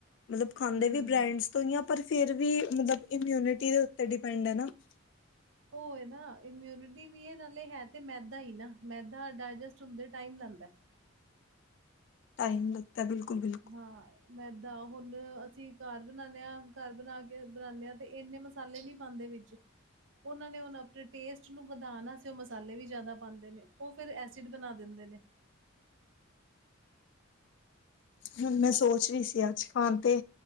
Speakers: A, on the left; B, on the right.
A: ਮਤਲਬ ਖਾਂਦੇ
B: ਹਮ
A: ਵੀ ਬ੍ਰੈਂਡਸ ਤੋਂ ਈ ਆ, ਪਰ ਫੇਰ ਵੀ ਇਮਯੁਨੀਟੀ ਦੇ ਉਤੇ ਡਿਪੈਂਡ ਐ ਨਾ। <inaudible>
B: ਓਏ ਨਾ ਇਮਯੁਨਿਟੀ ਵੀ ਏ ਨਾਲੇ ਹੈ ਤੇ ਮੈਦਾ ਈ ਨਾ, ਮੈਦਾ ਡਾਏਜੈਸਟ ਹੁੰਦੇ ਟਾਈਮ ਲੈਂਂਦਾ।
A: ਟਾਈਮ ਲੱਗ ਤਾਂ ਬਿਲਕੁਲ ਬਿਲ
B: ਹਾਂ। ਮੈਦਾ ਹੁਣ ਅਸੀਂ ਘਰ ਬਣਾਉਂਦੇ ਆ, ਘਰ ਬਣਾ ਕੇ ਬਣਾਉਂਦੇ ਆ ਤੇ ਇੰਨੇ ਮ ਮਸਾਲੇ ਨਹੀਂ ਪਾਉਂਦੇ ਵਿੱਚ। ਉਹਨਾਂ ਨੇ ਹੁਣ ਅਪਣੇ ਟੇਸਟ ਨੂੰ ਵਧਾਉਣ ਵਾਸਤੇ ਉਹ ਮਸਾਲੇ ਵੀ ਜ਼ਿਆਦਾ ਪਾਉਂਦੇ ਨੇ ਉਹ ਫਿਰ ਐਸਿਡ ਬਣਾ ਦਿੰਦੇ ਨੇ।
A: ਹੁਣ ਮੈਂ ਸੋਚ ਰਹੀ ਸੀ ਅੱਜ ਖਾਣ ਤੇ